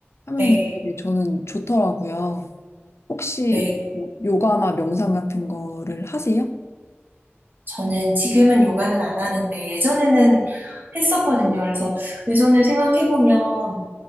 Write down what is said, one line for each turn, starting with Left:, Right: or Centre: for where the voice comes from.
Left: 하면은
Right: 네.
Left: 되게 저는 좋더라고요. 혹시
Right: 네.
Left: 뭐 요가나 명상 같은 거를 하세요?
Right: 저는 지금은 요가는 안 하는데 예전에는 했었거든요. 그래서 예전에 생각해보면